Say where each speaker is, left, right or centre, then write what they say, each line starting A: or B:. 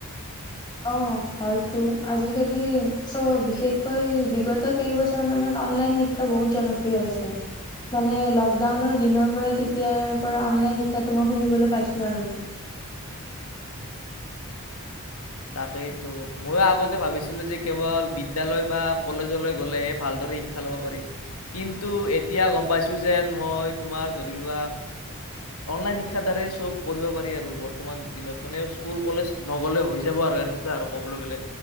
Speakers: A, on the left; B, on the left.
A: অ হয়তো আজিকালি চব বিশেষকৈ বিগত কেইবছৰ মানত অনলাইন শিক্ষা বহুত জনপ্ৰিয় হৈছে মানে লকডাউনৰ দিনৰ পৰা। এতিয়াৰ পৰা অনলাইন শিক্ষাটো মই শুনিবলৈ পাইছো আৰু
B: তাকেইতো মইয়ো আগতে ভাবিছিলো যে কেৱল বিদ্যালয় বা কলেজলৈ গ'লেহে ভালদৰে শিক্ষা ল'ব পাৰি কিন্তু এতিয়া গম পাইছো যেন মই তোমাৰ ধৰি লোৱা অনলাইন শিক্ষা দ্বাৰাই চব কৰিব পাৰি আৰু বৰ্তমান দিনত মানে স্কুল কলেজ নগলে হৈ যা যায় আৰু এনেকুৱা আৰু ক'বলৈ গ'লে